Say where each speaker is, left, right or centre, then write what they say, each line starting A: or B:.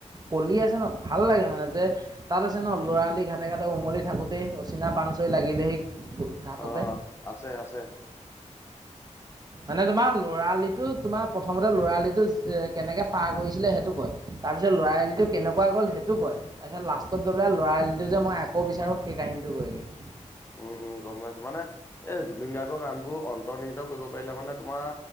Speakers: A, on the right; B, on the left.
A: কলি আছে ন ভাল লাগে মানে যে তাত আছে ন লৰালি ঘাাটতে- তেখেততে উমলি থাকোঁতে অচিনা পাণচৈ লাগিলেহি। ঘাটতে
B: অ আছে আছে।
A: মানে তোমাৰ ল'ৰালি। টো তোমাৰ প্ৰথমতে ল'ৰালি টো এ কেনেকে পাৰ কৰিছিলে সেইটো কয় তাৰ পিছ লৰালি টো কেনেকুৱা গ'ল স কয় তাৰপিছত লাষ্টত গৈ পেলাই লৰালিটো যে মই আকৌ বিচাৰো সেই কাহিনীটো কয় গে
B: উম উম গম পাইছো মানে এ জুবিন গাৰ্গৰ গানবোৰ অন্তৰ্ নিহিত কৰিব পাৰিলা মানে তোমাৰ